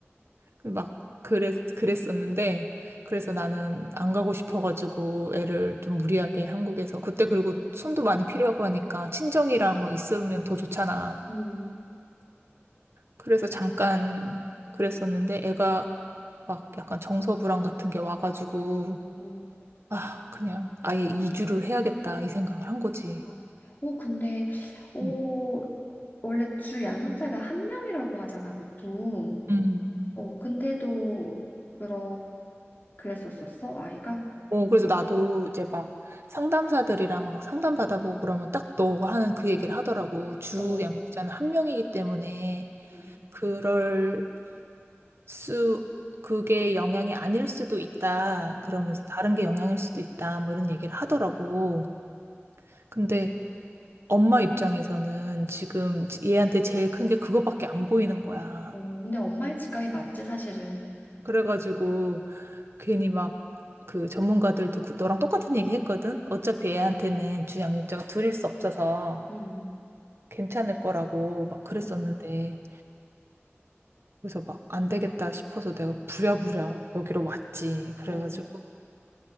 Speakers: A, on the right; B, on the left.
A: 그막 그랬, 그랬었는데 그래서 나는 안 가고 싶어가지고 애를 좀 무리하게 한국에서 그때 그리고 손도 많이 필요하고 하니까 친정이랑 막 있으면 더 좋잖아.
B: 음,
A: 그래서 잠깐 그랬었는데 애가 막 약간 정서 불안 같은 게 와가지고
B: 어,
A: 아 그냥 아예 이주를 해야겠다 이 생각을 한 거지.
B: 아. 어, 근데, 어,
A: 음.
B: 원래 주 양육자가 한 명이라고 하잖아, 보통.
A: 음.
B: 어, 근데도, 그러, 그랬었었어, 아이가?
A: 어, 그래서 나도 이제 막 상담사들이랑 막 상담 받아보고 그러면 딱 너가 하는 그 얘기를 하더라고. 주
B: 어,
A: 양육자는 한 명이기 때문에
B: 음,
A: 그럴 수, 그게 영향이 아닐 수도 있다. 그러면서
B: 어,
A: 다른 게 영향일 수도 있다. 뭐 이런 얘기를 하더라고. 근데 엄마 입장에서는 지금 얘한테 제일 큰 게 그거밖에 안 보이는 거야.
B: 어, 근데 엄마의 직감이 맞지, 사실은.
A: 그래가지고 괜히 막 그 전문가들도 그- 너랑 똑같은 얘기 했거든? 어차피 애한테는 주양육자가 둘일 수 없어서
B: 음,
A: 괜찮을 거라고 막 그랬었는데.
B: 음,
A: 그래서 막 안 되겠다 싶어서 내가 부랴부랴 여기로 왔지. 그래가지고
B: 어,